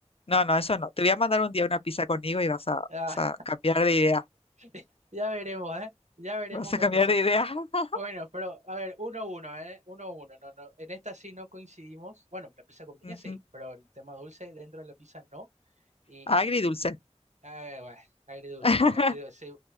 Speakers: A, on the left (about 55°); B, on the right (about 80°).
A: no, no, eso no. Te voy a mandar un día una pizza con higo y vas a, vas
B: Ah,
A: a cambiar de idea.
B: <laughs> ya veremos, ¿eh? Ya veremos
A: Vas a
B: con
A: cambiar
B: eso.
A: de idea. <laughs>
B: Bueno, pero a ver, uno a uno, ¿eh? Uno a uno. No, no. En esta sí no coincidimos. Bueno, la pizza con piña
A: Ujú.
B: sí, pero el tema dulce dentro de la pizza no. Y
A: Agridulce.
B: Ah, bueno, agridulce,
A: <laughs>
B: agridulce. sí,